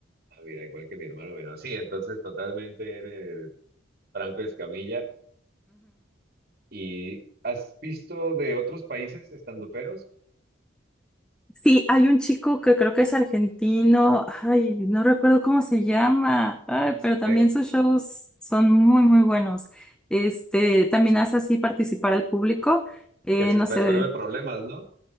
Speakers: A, on the right; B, in the centre.
A: Ah, mira, igual que mi hermano menor. Sí, entonces totalmente eres Franco Escamilla. ¿Y has visto de otros países estandoperos?
B: Sí, hay un chico que creo que es argentino, ay, no recuerdo cómo se llama, ay, pero también
A: de-
B: sus shows son muy, muy buenos. Este, también hace así participar al público, eh,
A: que se
B: no
A: resuelve
B: sé.
A: problemas, ¿no?